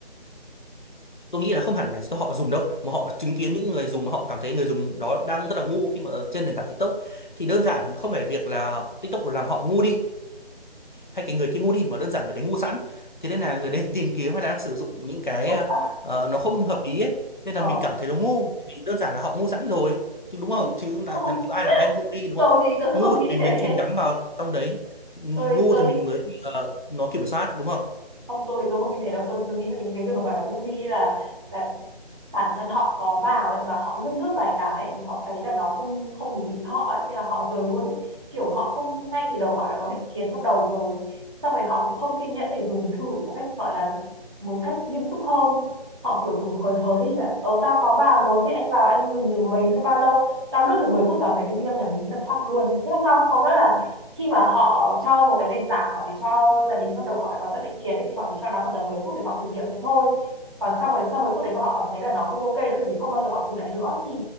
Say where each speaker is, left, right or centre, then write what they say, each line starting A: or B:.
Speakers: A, on the left; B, on the right.
A: Tôi nghĩ là không hẳn phải do họ dùng đâu mà họ chứng kiến những người dùng mà họ cảm thấy người dùng đó đang rất là ngu khi mà trên nền tảng TikTok thì đơn giản không phải việc là TikTok làm họ ngu đi hay cái người kia mua đi mà đơn giản người đấy ngu sẵn thế nên là người đấy tìm kiếm hay là đang sử dụng những cái
B: à,
A: ờ, nó không hợp lý ấy nên là
B: ờ
A: mình cảm thấy nó ngu vì đơn giản là họ ngu sẵn rồi chứ đúng
B: <laughs>
A: không chứ là
B: không
A: làm chứ ai làm ai ngu đi đúng
B: tôi
A: không
B: thì tôi
A: ngu
B: không
A: thì
B: nghĩ
A: mình
B: thế
A: mới chìm đắm vào trong đấy ngu
B: tôi tôi
A: thì mình mới bị ờ, nó kiểm soát đúng không
B: không tôi thì tôi không nghĩ thế đâu tôi tôi nghĩ là những cái người mà bảo nó ngu đi là là bản thân họ có vào ấy và họ lướt lướt vài cái ấy, thì họ thấy là nó không không đúng ý họ ấy, thế là họ rời luôn ấy kiểu họ không ngay từ đầu họ đã có định kiến trong đầu rồi xong rồi họ cũng không kiên nhẫn để dùng thử một cách gọi là một cách nghiêm túc hơn họ kiểu dùng hời hợt ấy là ờ tao có vào rồi thế anh vào anh dùng được mấy bao lâu tao lướt thử 10 phút là mấy cái video nhảm nhí tao thoát luôn thế là xong có nghĩa là khi mà họ cho một cái nền tảng họ chỉ cho tại vì trong đầu họ đã có sẵn định kiến ấy, thì họ chỉ cho nó khoảng tầm 10 phút để họ thử nghiệm thế thôi còn xong rồi sau 10 phút đấy mà họ cảm thấy là nó không ok nữa thì không bao giờ họ thử lại nữa thì